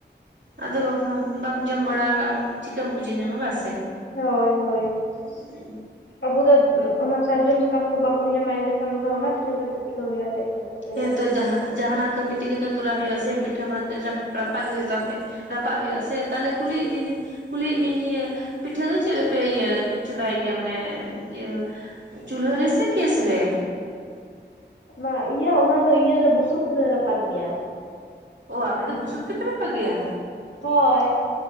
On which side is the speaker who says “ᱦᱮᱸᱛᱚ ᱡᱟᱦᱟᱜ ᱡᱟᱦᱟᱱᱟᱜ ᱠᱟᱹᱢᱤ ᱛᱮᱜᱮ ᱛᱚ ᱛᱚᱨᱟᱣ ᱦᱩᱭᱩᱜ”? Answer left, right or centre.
Right